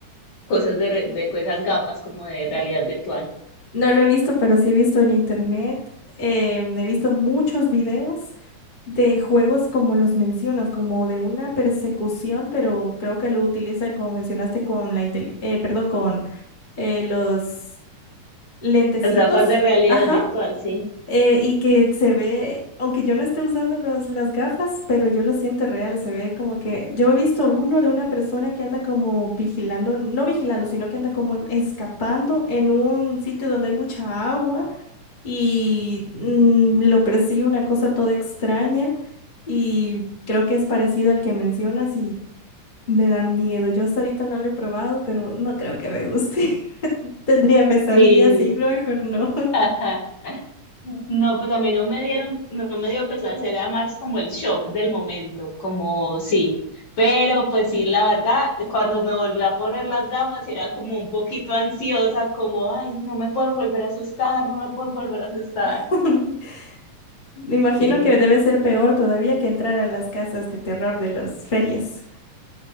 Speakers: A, on the left; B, on the left.
A: cosas de, re- de con esas gafas como de realidad virtual.
B: No lo he visto, pero sí he visto en internet. em, he visto muchos videos de juegos como los mencionas, como de una persecución, pero creo que lo utilizan, como mencionaste, con la intel- eh, perdón, con eh, los lentecitos,
A: Las gafas de realidad
B: ajá,
A: virtual, sí.
B: eh, y que se ve, aunque yo no esté usando los, las gafas, pero yo lo siento real, se ve como que yo he visto uno de una persona que anda como vigilando, no vigilando, sino que anda como escapando en un sitio donde hay mucha agua y mm, lo persigue una cosa toda extraña. Y creo que es parecido al que mencionas y me dan miedo. Yo hasta ahorita no lo he probado, pero no creo que me guste. <laughs> Tendría pesadillas
A: Sí.
B: y no, mejor no.
A: <laughs> No, pues a mí no me dieron, no me dio pesar, era más como el shock del momento, como sí. Pero pues sí, la verdad, cuando me volví a poner las gafas, era como un poquito ansiosa, como, ay, no me pueden volver a asustar, no me pueden volver a asustar.
B: <laughs> Me imagino
A: Sí,
B: que debe ser peor todavía que entrar a las casas de terror de las ferias.